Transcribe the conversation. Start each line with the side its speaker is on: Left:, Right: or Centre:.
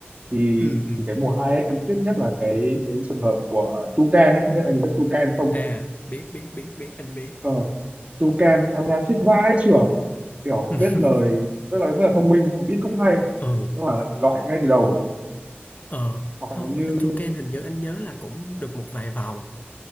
Right: thì
Left: ừ ừ
Right: thì cái mùa hai ấy, em tiếc nhất là cái cái trường hợp của Tucan ấy không biết anh có biết Tucan không
Left: à biết biết biết biết anh biết
Right: ờ Tucan em nghe thích vãi chưởng kiểu
Left: <laughs>
Right: biết lời rất là rất là thông minh xong rồi beat cũng hay
Left: ừ
Right: nhưng mà lại bị loại ngay từ đầu
Left: ờ
Right: hoặc
Left: hôm
Right: là như
Left: Toucan hình như anh nhớ là cũng được một vài vòng